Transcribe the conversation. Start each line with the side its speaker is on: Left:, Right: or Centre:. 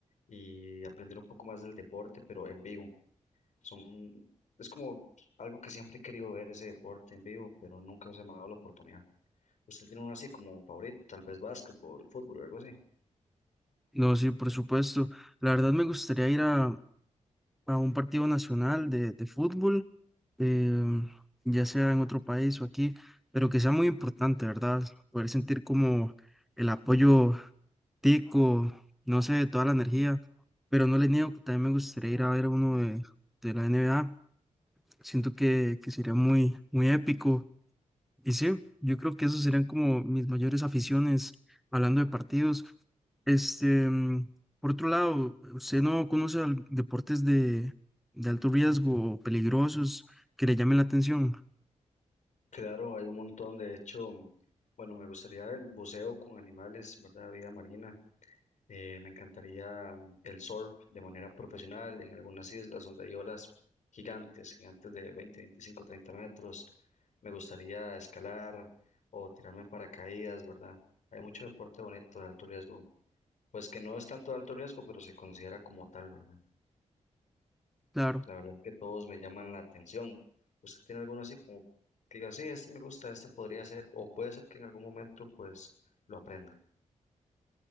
Left: Y aprender un poco más del deporte, pero en vivo. Son, es como algo que siempre he querido ver, ese deporte en vivo, pero nunca se me ha dado la oportunidad. ¿Usted tiene uno así como favorito, tal vez básquetbol, fútbol o algo así?
Centre: No, sí, por supuesto. La verdad me gustaría ir a, a un partido nacional de, de fútbol em, ya sea en otro país o aquí, pero que sea muy importante, ¿verdad? Poder sentir como el apoyo tico, no sé, toda la energía, pero no les niego que también me gustaría ir a ver a uno de, de la NBA, siento que, que sería muy, muy épico, y sí, yo creo que esos serían como mis mayores aficiones, hablando de partidos, este, mm, por otro lado, ¿usted no conoce al- deportes de, de alto riesgo o peligrosos que le llamen la atención?
Left: Claro, hay un montón. De hecho, bueno, me gustaría el buceo con animales, ¿verdad? Vida marina. Eh, me encantaría mm, el surf de manera profesional en algunas islas donde hay olas gigantes, gigantes de 20 25 30 metros. Me gustaría escalar o tirarme en paracaídas, ¿verdad? Hay mucho deporte bonito de alto riesgo. Pues que no es tanto de alto riesgo, pero se considera como tal, ¿verdad?
Centre: Claro.
Left: La verdad que todos me llaman la atención. ¿Usted tiene alguno así como que diga, sí, este me gusta, este podría ser, o puede ser que en algún momento pues lo aprenda?